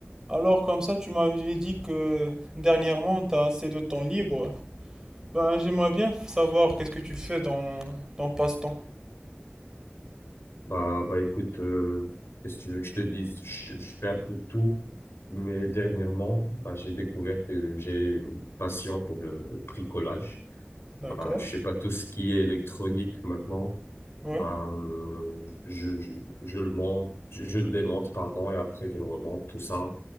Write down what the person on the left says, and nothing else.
Bah, bah écoute, euh, qu'est-ce que tu veux que je te dise? Je, je fais un peu de tout, mais dernièrement, bah, j'ai découvert que j'ai une passion pour le bricolage.
Bah, je sais pas, tout ce qui est électronique maintenant,
bah, euh, je, je, je le monte, je, je le démonte, pardon, et après je le remonte, tout ça.